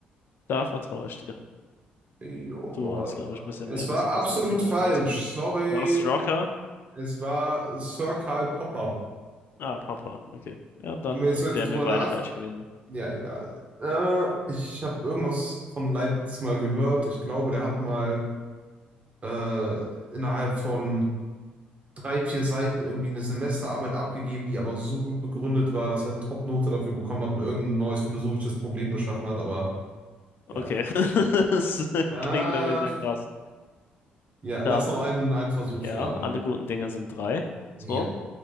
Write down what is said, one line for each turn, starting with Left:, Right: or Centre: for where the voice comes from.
Left: Da vertraue ich dir.
Right: Jo, machen
Left: Du
Right: wir
Left: hast,
Right: das mal.
Left: glaube ich, ein bisschen mehr
Right: Es war
Left: Wissen,
Right: absolut
Left: was das Thema
Right: falsch.
Left: angeht.
Right: Sorry.
Left: War es Rocker?
Right: Es war Sir Karl Popper.
Left: Ah, Papa. Okay. Ja, dann
Right: Und wenn ich so jetzt
Left: wären
Right: drüber
Left: wir beide
Right: nach.
Left: falsch gewesen.
Right: Ja, egal. Äh, ich habe irgendwas von Leibniz mal gehört. Ich glaube, der hat mal äh, innerhalb von drei, vier Seiten irgendwie eine Semesterarbeit abgegeben, die aber so gut begründet war, dass er eine Top-Note dafür bekommen hat und irgendein neues philosophisches Problem geschaffen hat. Aber ja.
Left: Okay. <laughs> Das
Right: Äh,
Left: klingt irgendwie sehr krass.
Right: ja, lass
Left: Dann
Right: noch einen, einen Versuch
Left: Ja,
Right: starten.
Left: alle guten Dinge sind drei. So.
Right: Ja,